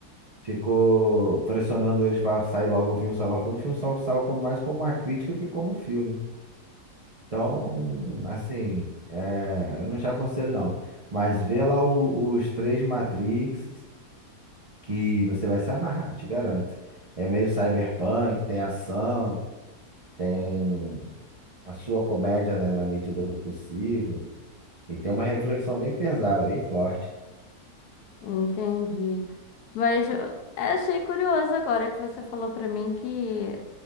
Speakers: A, on the right; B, on the left.
A: ficou pressionando eles para sair logo o filme, sair logo o filme. O filme só saiu como, mais como uma crítica do que como um filme. Então, assim, é, eu não já aconselho não. Mas vê lá o- os três Matrix que você vai se amarrar, te garanto. É meio cyberpunk, tem ação, tem a sua comédia, né, na medida do possível. E tem uma reflexão bem pesada, bem forte.
B: entendi. Mas eu achei curioso agora que você falou pra mim que,